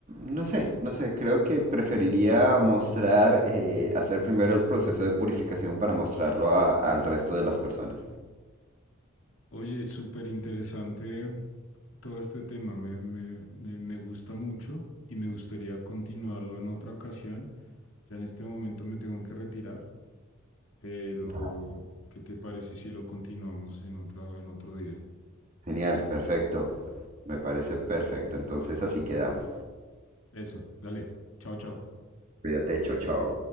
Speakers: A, on the right; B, on the left.
A: no sé, no sé, creo que preferiría mostrar, eh, hacer primero el proceso de purificación para mostrarlo a- al resto de las personas.
B: Oye, súper interesante todo este tema. Me, me, me, me gusta mucho y me gustaría continuarlo en otra ocasión. Ya en este momento me tengo que retirar, pero
A: Va.
B: ¿qué te parece si lo continuamos en otro, en otro día?
A: Genial, perfecto. Me parece perfecto. Entonces así quedamos.
B: Eso, dale. Chao, chao.
A: Cuídate, chao, chao.